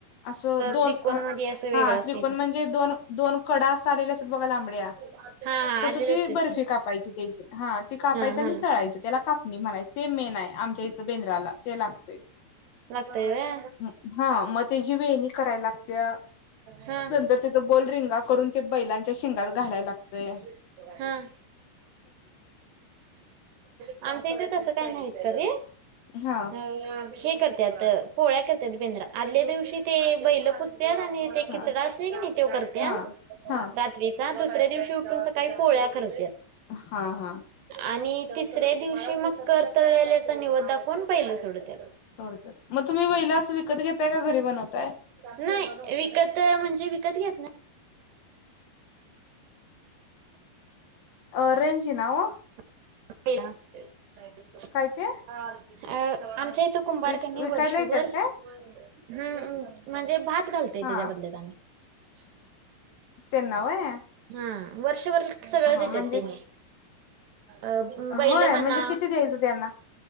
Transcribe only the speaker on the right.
त्रिकोण
मध्ये असं वेगळं
असते
ते
<unintelligible> हा.
आलेले
असेल
की
हा
हा
लागतय व्हय
हा हा
<unintelligible> ह आमच्या इथे तस काय नाही. <unintelligible>
अ हे करत्यात पोळ्या कर त्यात बिंद्रा आदल्या दिवशी ते बैलं पूजत्यात. <unintelligible> त अग नी ती
खिचडा असं की नही त्यो करत्या
रात्रीचा दुसऱ्या दिवशी <unintelligible> ते उठून. सकाळी पोळ्या करत
आणि तिसऱ्या दिवशी मग करतळल्याचा नैवेद दाखवून बैल सोडत्यात.
नाही विकत म्हणजे विकत घेत न ई <unintelligible>
<unintelligible>
अ आमच्या इथं कुंभारकनी
वर्षभर
हम्म
म्हणजे भात घालतय,
त्याच्या बदलत आम्ही <inaudible>
हा वर्षभर सगळं देतात
तेने. अ बैल,
म्हणा